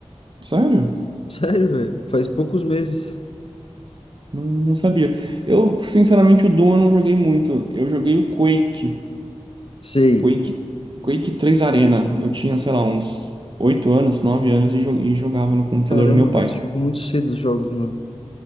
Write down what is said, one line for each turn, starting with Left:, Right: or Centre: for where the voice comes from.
Right: Sério?
Left: <laughs> Sério, velho. Faz poucos meses.
Right: Não, não sabia. Eu, sinceramente, o Doom eu não joguei muito. Eu joguei o Quake.
Left: Sei.
Right: Quake, Quake 3 Arena. Eu tinha, sei lá, uns 8 anos, 9 anos e, jo- e jogava no computador
Left: Caramba,
Right: do meu
Left: velho.
Right: pai.
Left: Você jogou muito cedo os jogos, mano.